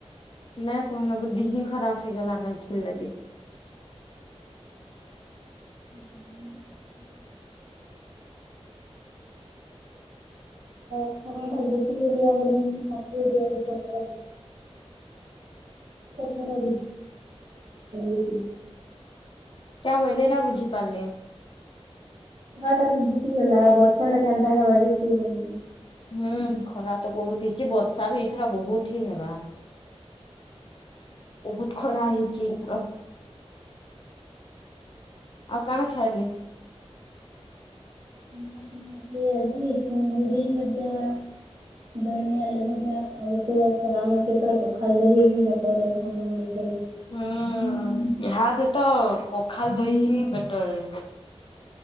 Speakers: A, on the left; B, on the right.
A: ନା କହନ ଦିହେଁ ଖରାପ ହେଇଗଲା ନା ଖରା ଲାଗି।
B: <unintelligible> ଖରା ଟା ଗୋଟେ ଏରିଆ ବୋଲି ସବୁ ଏରିଆା ଖରାଟା ହେଲା <inaudible>
A: <inaudible> ବୁଝି ପାରୁନି
B: ଖରା ଟା ବିତିଗଲା ବର୍ଷା ଟା କେନ୍ତା ହେବା ଜିତିଗନି
A: ହୁଁ ଖରା ତ ବହୁତ ହି ଯେ ବର୍ଷା ବି ଏଇଥର ବହୁତ ହି ହେବା ବହୁତ ଖରା ହେଇଛି ଏଇଥର।। ଆଉ କାଣ ଖାଇଲେ?
B: <inaudible> ଆଜି ଚିଙ୍ଗୁଡି ଭେଣ୍ଡି ଆଲୁ ଭଜା। <unintelligible>
A: ହୁଁ <inaudible> ପଖାଲ ଦହି ପେଟରେ